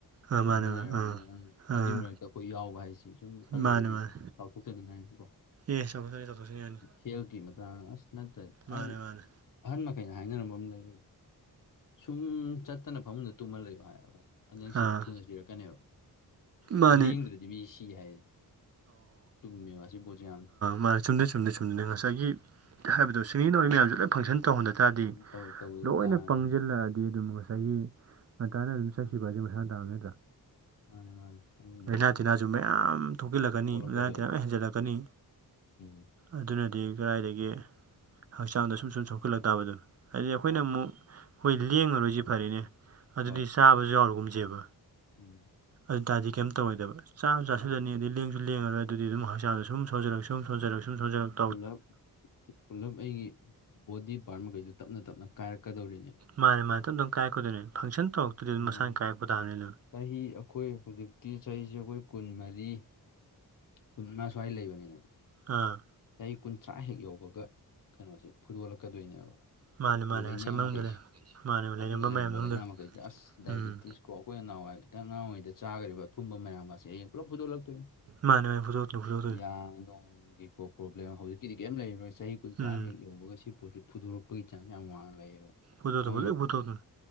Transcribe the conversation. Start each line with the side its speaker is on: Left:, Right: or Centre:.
Right: ꯑꯥ
Left: ꯁꯨꯝꯕ
Right: ꯃꯥꯅꯦ ꯃꯥꯅꯦ
Left: ꯂꯩꯔꯒꯅꯤ
Right: ꯑꯥ ꯑꯥ
Left: ꯑꯗꯨꯏ ꯃꯔꯛꯇ ꯑꯩꯈꯣꯏ ꯌꯥꯎꯕ ꯍꯥꯏꯁꯤ ꯁꯨꯝ ꯈꯜꯂꯨꯔꯗꯤ
Right: ꯃꯥꯅꯦ ꯃꯥꯅꯦ
Left: ꯆꯥꯎꯊꯣꯛꯆꯅꯤꯡꯉꯥꯏꯅꯤ ꯀꯣ
Right: ꯑꯦ ꯆꯠꯊꯣꯛꯁꯅꯤ ꯆꯠꯊꯣꯛꯁꯤꯅꯤ ꯌꯥꯅꯤ
Left: ꯍꯦꯒꯈꯤ ꯃ ꯑꯁ ꯅꯠꯇ
Right: ꯃꯥꯅꯦ
Left: ꯍꯥꯏꯗꯤ
Right: ꯃꯥꯅꯦ
Left: ꯑꯍꯟ ꯃꯈꯩꯅ ꯍꯥꯏꯅꯔꯝꯕ ꯑꯃ ꯂꯩꯌꯦꯕ ꯁꯨꯝ ꯆꯠꯇꯅ ꯐꯃꯨꯡꯗ ꯇꯨꯝꯃ ꯂꯩꯌꯣ ꯍꯥꯏ ꯅꯪ
Right: ꯑꯥ
Left: ꯊꯨꯅ ꯊꯤꯔꯛꯀꯅꯦꯕ
Right: ꯃꯥꯅꯦ
Left: ꯂꯦꯡꯗ꯭ꯔꯗꯤ ꯃꯤ ꯁꯤ ꯍꯥꯏ ꯇꯨꯝꯃꯦꯕ ꯑꯁꯤ ꯄꯣꯠꯁꯦ ꯌꯥꯝꯗ
Right: ꯃꯥ ꯆꯨꯝꯗꯦ ꯆꯨꯝꯗꯦ ꯆꯨꯝꯗꯗ ꯉꯁꯥꯏꯒꯤ ꯍꯥꯏꯕꯗꯣ ꯁꯤꯡꯅꯤꯅꯕꯧꯏ ꯃꯌꯥꯝꯦ ꯂꯞ ꯐꯪꯁꯟ ꯇꯧꯍꯟꯗ ꯇꯥꯔꯗꯤ
Left: ꯇꯧ ꯇꯧꯕꯤꯗ
Right: ꯂꯣꯏꯅ
Left: ꯇꯥꯔꯒꯗꯤ
Right: ꯄꯪꯁꯤꯜꯂꯛꯑꯗꯤ ꯑꯗꯨꯝ ꯉꯁꯥꯏꯒꯤ
Left: ꯃꯥꯅꯤ
Right: ꯉꯟꯇꯥꯅ ꯑꯗꯨꯝ ꯆꯠꯈꯤꯕꯁꯦ ꯃꯁꯥ ꯇꯥꯕ ꯅꯠꯇ꯭ꯔꯥ
Left: ꯃꯥꯅꯤ ꯃꯥꯅꯤ ꯑꯗꯨꯅ
Right: ꯂꯥꯏꯅꯥ ꯇꯤꯟꯅꯥꯁꯨ ꯃꯌꯥꯝ ꯊꯣꯛꯤꯜꯂꯛꯀꯅꯤ
Left: ꯄꯣꯛꯂꯛꯀꯗꯣꯏꯅꯤ
Right: ꯂꯥꯏꯅꯥ ꯇꯤꯟꯅꯥ ꯂ ꯍꯦꯟꯖꯤꯜꯂꯛꯀꯅꯤ
Left: ꯎꯝ
Right: ꯑꯗꯨꯅꯗꯤ ꯀꯗꯥꯏꯗꯒꯤ ꯍꯛꯆꯥꯡꯗ ꯁꯨꯝ ꯁꯨꯝ ꯁꯣꯛꯈꯠꯂꯛ ꯇꯥꯕ ꯑꯗꯨꯣ ꯍꯥꯏꯗꯤ ꯑꯩꯈꯣꯏꯅ
Left: ꯃꯥꯅꯤ
Right: ꯑꯃꯨꯛ ꯍꯣꯏ ꯂꯦꯡꯉꯔꯣꯏꯁꯤ ꯐꯔꯦꯅꯦ ꯑꯗꯨꯗꯤ
Left: ꯍꯣꯏ
Right: ꯆꯥꯕꯁꯨ ꯌꯥꯎꯔꯨꯒꯨꯝꯁꯦꯕ
Left: ꯎꯝ
Right: ꯑꯗꯨ ꯇꯥꯔꯗꯤ ꯀꯩꯝꯇ ꯇꯧꯔꯣꯏꯗꯕ ꯆꯥꯝ ꯆꯥꯁꯤꯜꯂꯅꯤ
Left: ꯍꯣꯏ
Right: ꯑ ꯑꯗꯨꯗꯤ ꯂꯦꯡꯁꯨ ꯂꯦꯡꯉꯔꯣꯏ ꯑꯗꯨꯗꯤ ꯑꯗꯨꯝ ꯍꯛꯆꯥꯡꯗ ꯁꯨꯝ ꯊꯧꯖꯔꯛ ꯁꯨꯝ ꯊꯣꯟꯖꯂꯛ ꯁꯨꯝ ꯊꯖꯛ
Left: ꯄꯨꯂꯞ ꯄꯨꯂꯞ ꯑꯩꯒꯤ ꯕꯣꯗꯤ ꯄꯥꯔꯠ ꯃꯈꯩꯗꯨ ꯇꯞꯅ ꯇꯞꯅ ꯀꯥꯏꯔꯛꯀꯗꯧꯔꯤꯅꯦꯕ
Right: ꯃꯥꯅꯦ ꯃꯥ ꯇꯞ ꯇꯞ ꯀꯥꯏꯔꯛꯀꯗꯣꯏꯅꯦ ꯐꯪꯁꯟ ꯇꯧꯔꯛꯇꯗꯤ ꯑꯗꯨꯝ
Left: ꯎꯝ
Right: ꯃꯁꯥꯅ ꯀꯥꯏꯔꯛꯄ ꯇꯥꯝꯅꯤ ꯑꯗꯨꯝ
Left: ꯆꯍꯤ ꯑꯩꯈꯣꯏ ꯍꯧꯖꯤꯛꯇꯤ ꯆꯍꯤꯁꯦ ꯑꯩꯈꯣꯏ ꯀꯨꯟ ꯃꯔꯤ ꯀꯨꯟꯃꯉꯥ ꯁ꯭ꯋꯥꯏ ꯂꯩꯕꯅꯤꯗꯅ
Right: ꯑ
Left: ꯆꯍꯤ ꯀꯨꯟꯊ꯭ꯔꯥ ꯍꯦꯛ ꯌꯧꯕꯒ ꯀꯩꯅꯣꯁꯦ ꯐꯨꯗꯣꯛꯂꯛꯀꯗꯣꯏꯅꯦꯕ
Right: ꯃꯥꯅꯦ
Left: ꯑꯩꯈꯣꯏ
Right: ꯃꯥꯅꯦ
Left: ꯂꯩꯅꯥ
Right: ꯉꯁꯥꯏ ꯃꯅꯨꯡꯗ
Left: ꯃꯈꯩꯁꯦ
Right: ꯂꯩ ꯃꯥꯅꯦ
Left: ꯃꯅꯨꯡꯗ
Right: ꯃꯌꯥꯝ
Left: ꯂꯩꯔꯝꯕ
Right: ꯃꯅꯨꯡꯗ
Left: ꯂꯩꯥꯏꯅꯥ ꯃꯈꯩꯁꯦ ꯑꯁ ꯗꯥꯏꯕꯤꯇꯤꯁꯀꯣ
Right: ꯎꯝ
Left: ꯑꯩꯈꯣꯏꯅ ꯅꯥꯍꯥꯋꯥꯏ ꯈꯤꯇꯪ ꯑꯉꯥꯡ ꯑꯣꯏꯔꯤꯉꯩꯗ ꯆꯥꯈꯔꯤꯕ ꯑꯊꯨꯝꯕ ꯃꯌꯥꯝꯒꯁꯦ ꯍꯌꯦꯡ ꯄꯨꯂꯞ ꯐꯨꯗꯣꯛꯂꯛꯇꯣꯏꯅꯤ
Right: ꯃꯥꯅꯦ ꯃ ꯐꯨꯗꯣꯛꯇꯤ ꯐꯨꯗꯣꯔꯛꯅꯤ
Left: ꯌꯥ ꯅꯣꯡꯒꯤ ꯀꯣꯛ ꯄ꯭ꯔꯣꯕ꯭ꯂꯦꯝ ꯍꯧꯖꯤꯛꯀꯤꯗꯤ ꯀꯔꯤꯝ ꯂꯩꯔꯣꯏ ꯆꯍꯤ ꯀꯨꯟꯊ꯭ꯔꯥ
Right: ꯎꯝ
Left: ꯍꯦꯛ ꯌꯧꯕꯒ ꯁꯤ ꯄꯣꯠꯁꯤ ꯐꯨꯗꯣꯔꯛꯄ ꯄꯩ ꯆꯥꯁ ꯌꯥꯝ ꯋꯥꯡꯅ ꯂꯩꯌꯦꯕ
Right: ꯐꯨꯗꯣꯛꯇꯣꯏ
Left: ꯑꯗꯨꯅ
Right: ꯐꯨꯗꯣꯛ ꯐꯨꯗꯣꯛꯇꯣꯏꯅꯤ